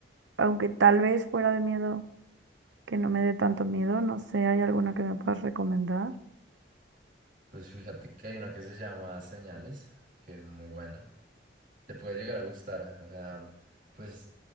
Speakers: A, on the right; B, on the right.
A: aunque tal vez fuera de miedo, que no me dé tanto miedo, no sé, ¿hay alguna que me puedas recomendar?
B: Pues fíjate que hay una que se llama Señales, que es muy buena. Te puede llegar a gustar, o sea, pues